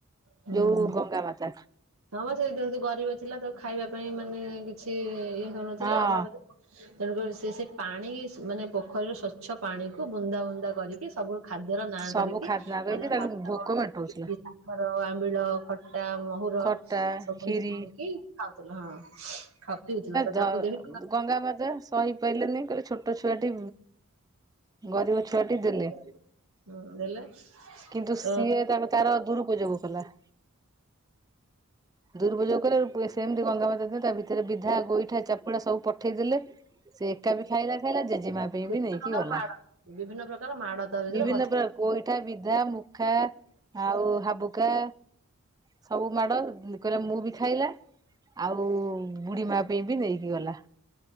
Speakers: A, on the right; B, on the right.
A: ହୁଁ।
B: ଯୋଉ ଗଙ୍ଗା ମାତା
A: ହଁ ମ ସେ ଯେହେତୁ ଗରିବ ଥିଲା ତାକୁ ଖାଇବା ପାଇଁ ମାନେ କିଛି ଇଏ ହଉନଥିଲା
B: ହଁ
A: ଅଭାବ ଥିଲା। ତେଣୁକରି ସେ ସେ ପାଣି ମାନେ ପୋଖରୀର ସ୍ଵଚ୍ଛ ପାଣିକୁ ବୁନ୍ଦା ବୁନ୍ଦା କରିକି ସବୁ ଖାଦ୍ୟର ନାଁ
B: ସବୁ
A: କରିକି
B: ଖାଦନା କରିକି
A: କହିଲା
B: ତାକୁ
A: ଭାତ,
B: ଭୋକ
A: ଡାଲି
B: ମେଣ୍ଟଉଥିଲା
A: ଖର ଆମ୍ବିଳ, ଖଟା, ମହୁର
B: ଖଟା
A: ସବୁ
B: ଖିରି
A: ଯେମିକି ଖାଉଥିଲା ହଁ। ଖା ପିଉଥିଲା ତ
B: ଦ
A: ତାକୁ ଦେଖି
B: ଗଙ୍ଗା ମାତା ସହି ପାରିଲେନି, କହିଲେ ଛୋଟ ଛୋଟ ଛୁଆଟି, ଗରିବ ଛୁଆଟି ଦେଲେ।
A: ହୁଁ ଦେଲେ।
B: କିନ୍ତୁ
A: ତ
B: ସିଏ ତାକୁ ତାର ଦୂରୁପଯୋଗ କଲା। ଦୁରୁପଯୋଗ କଲେ, <unintelligible> ସେମିତି ଗଙ୍ଗା ମାତା ଦିନେ ତା ଭିତରେ ବିଧା, ଗୋଇଠା, ଚାପୁଡା ସବୁ ପଠେଇଦେଲେ। ସେ ଏକା ବି ଖାଇଲା ଖାଇଲା, ଜେଜେମା ପାଇଁ
A: ବିଭିନ୍ନ
B: ବି ନେଇକି
A: ପ୍ରକାର
B: ଗଲା,
A: ମାଡ଼ ବିଭିନ୍ନ ପ୍ରକାର ମାଡ଼ ତା ଭିତରେ
B: ବିଭିନ୍ନ
A: ଭର୍ତ୍ତି
B: ପ୍ର ଗୋଇଠା, ବିଧା, ମୁଖା ଆଉ ହାବୁକା ସବୁ ମାଡ଼ କହିଲା ମୁଁ ବି ଖାଇଲା ଆଉ ବୁଢୀ ମା ସିଏ ବି ନେଇକି ଗଲା,